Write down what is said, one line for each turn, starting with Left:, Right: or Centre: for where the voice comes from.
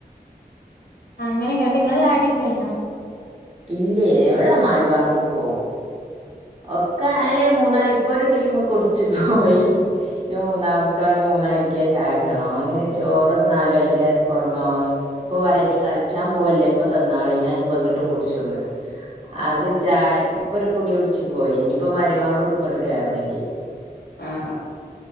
Left: അങ്ങനെയനിങ്ങളുടെ ചായ കുടിയെ കൊ കഴിഞ്ഞോ
Right: ഇല്ലേ എവിടെ മഗ്രതാൻ കൊടുക്കുവോ ഒക്കെ അലേ മൂന്ന് അണി ഇപ്പോൾ ഒരു ടീം കുടിച്ച്പോയി ഇനി മൂന്നാമത്തോന് മൂന്നണി കിട്ടിയ ചായ കിടണം ഓന് ചോറ്ന്നാലും അയിന്റ പുറനോളി ഇപ്പൊ പറയാ ഇനി കളിച്ചാ പോവല്ലേ ഇപ്പ തീന്നാളി ഞാൻനി കുടിച്ചുന്ന് അത് ചായ ഇപ്പരു കൂടികുടി ച്ച്പോയി ഇനിയിപ്പോ മരുവാക്ക്കൊടുക്കണം ഇങ്ങോട്ക്കെർണെങ്കി
Left: ആഹ്